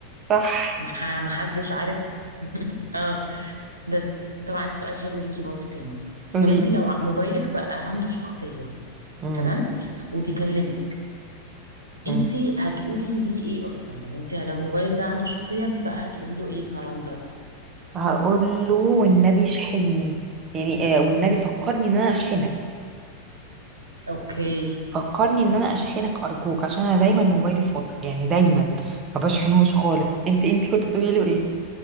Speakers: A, on the right (about 25°); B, on the right (about 80°).
A: صح
B: ما حدش عارف <laughs> اه بس طبعا عندي سؤال حلو ليكي برضو تاني
A: قولي
B: طب انت لو ع- موبايلك بقى عنده شخصيه
A: مم.
B: تمام وبيكلمك
A: مم.
B: انتي هتقولي ليه ايه اصلا يعني انتي لو موبايلك ده عنده شخصية انتي بقى هتقولي له ايه كرم ده
A: هقول له والنبي اشحني يعني آه والنبي فكرني إن أنا أشحنك
B: اوكي
A: فكرني ان انا اشحنك ارجوك عشان انا دايما موبايلي فاصل يعني دايما ما بشحنهوش خالص انت انت كنت هتقولي له ايه